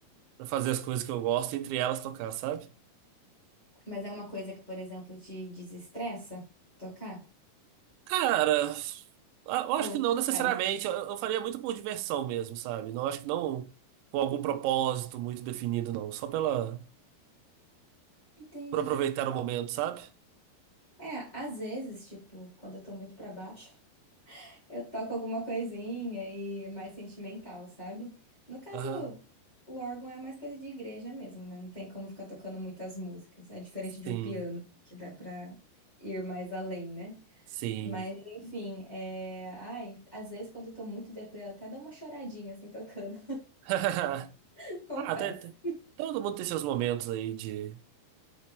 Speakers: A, on the right (about 85°); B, on the left (about 25°).
A: pra fazer as coisas que eu gosto, entre elas tocar, sabe?
B: Mas é uma coisa que, por exemplo, te desestressa tocar?
A: Cara, a- eu acho
B: Ou
A: que não
B: tanto
A: necessariamente.
B: faz?
A: Eu, eu faria muito por diversão mesmo, sabe? Não acho que não com algum propósito muito definido, não. Só pela
B: Entendi.
A: por aproveitar o momento, sabe?
B: É, às vezes, tipo, quando eu tô muito pra baixo, <laughs> eu toco alguma coisinha e é mais sentimental, sabe? No caso,
A: Aham.
B: o órgão é mais coisa de igreja mesmo, né? Não tem como ficar tocando muitas músicas. É diferente de
A: Sim,
B: um piano, que dá pra ir mais além, né?
A: sim.
B: Mas, enfim, é... Ai, às vezes, quando eu tô muito deprê, eu até dou uma choradinha, assim, tocando,
A: <laughs>
B: <laughs> confesso.
A: Ah, até, até- todo mundo tem seus momentos aí de.